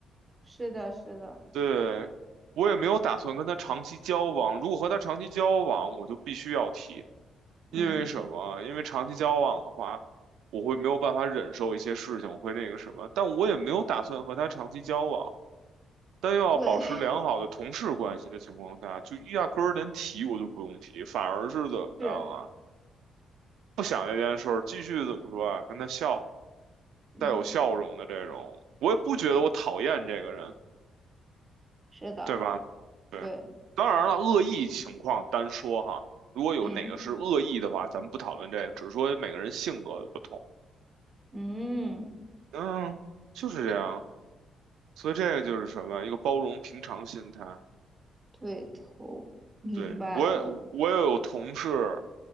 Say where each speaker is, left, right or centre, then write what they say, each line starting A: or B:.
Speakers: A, on the right; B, on the right.
A: 是的，是的，
B: 对，我也没有打算跟他长期交往。如果和他长期交往，我就必须要提，
A: 嗯，
B: 因为什么？因为长期交往的话，我会没有办法忍受一些事情，我会那个什么。但我也没有打算和他长期交往。但又要保持良好的同事关系的情况下，
A: 对，
B: 就压根儿连提我就不用提，反而是怎么样啊？
A: <laughs> 是，
B: 不想这件事儿，继续怎么说啊？跟他笑，
A: 嗯，
B: 带有笑容的这种，我也不觉得我讨厌这个人，
A: 是的，
B: 对吧？对，
A: 对，
B: 当然了，恶意情况单说哈，如果有哪个是恶意的话，
A: 嗯
B: 咱们不讨论这个，只是说每个人性格的不同。
A: 嗯，
B: 嗯，就是这样，所以这个就是什么，一个包容平常心态。
A: 对头，明白了，
B: 对，我也我也有同事